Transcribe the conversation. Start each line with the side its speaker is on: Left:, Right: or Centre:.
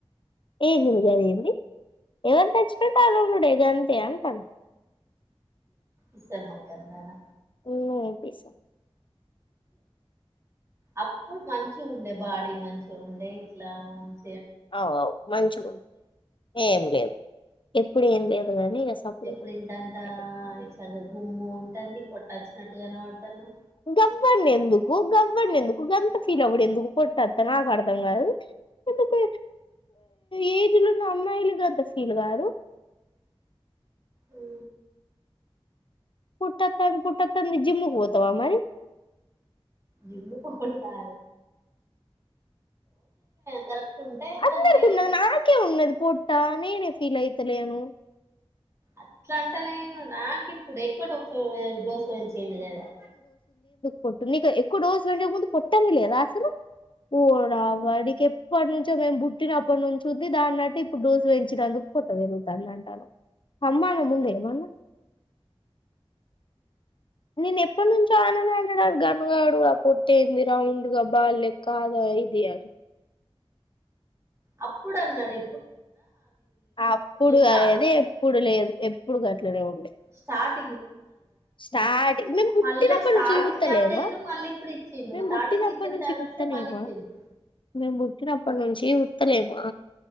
Left: ఏమిలు కదిగింది ఎవరు నచ్చినటు అరుణుడుే గంతే అంటన్నారు
Right: ఇసమొకందనా
Left: ఉ పేసా
Right: అప్పుడు మంచి ఉండే బాడీ మంచి ఉండే ఇట్లా మంచి
Left: అవువు మంచి ఉ ఏం లేదు ఎప్పుడు ఏం లేదు గాని ఇగ సప్పుడేక
Right: ఇప్పుడు ఇంటంతా ఇట్లాగ గుమ్ము ఉంటుంది పొట్ట వచ్చినట్టుగానే వాడతాను
Left: గవ్వంని ఎందుకు గవ్వంని ఎందుకు గంత ఫీల్ అవ్వడు ఎందుకు కొట్టత్త నాకు అర్థం కాదు ఎందుకు ఏజ్లున్న అమ్మాయిలుగాద్ద ఫీల్ గారు
Right: ఉ
Left: పూట్టత పూట్టత జిమ్ కి పోతావ మరి
Right: జిల్లు పోడలా కరెట్ ఉంటే మంచిగా
Left: అందరి ఉన్నది
Right: ఇట్లా
Left: నాకే ఉన్నది పొట్ట నేనే ఫీల్ అయితలేను
Right: అట్లా అంట నేను నాకు ఇప్పుడు ఎక్కువ డోసు వంచయండి కదా
Left: పట్టు నీకు ఎక్కువ డోసుులుండ ముందు కొట్టాల లేదా అసలు ఓ రావడికి ఎప్పటి నుంచో మేము పుట్టినప్పటి నుంచి ఉద్ది దాన్నట్టు ఇప్పుడు డోసు పెంచినందుకు పొట్ట వెరుగుతాందంటార్రు అమ్మనం ముందే ఏమన్నా నేను ఎప్పటి నుంచో ఆన అంటడా గన్గాడుగా పట్టేంది రౌండ్ గా బల్లెక్క గా <unintelligible> సయిదేయారు
Right: అప్పుడన్నడె
Left: అప్పుడు
Right: స్టా
Left: గాది ఎప్పుడు లేదు ఎప్పుడు గట్లనే ఉండె
Right: స్టార్ట్
Left: స్టార్టింగ్ మేం బుట్టినప్పటి
Right: మళ్ళా స్టార్టింగ్
Left: నుంచి జూతలేమ
Right: టాబ్లెట్లు మళ్ళీ ఇప్పుడు ఇచ్చిండు
Left: మేం
Right: స్టార్టింగ్
Left: బుట్టినప్పటి
Right: ఇచ్చిన
Left: ను నుంచి
Right: టాబ్లెట్లే
Left: జుతలెమ
Right: మళ్ళీ ఇచ్చిండు
Left: మేం బుట్టినప్పటి నుంచి జూతలేమ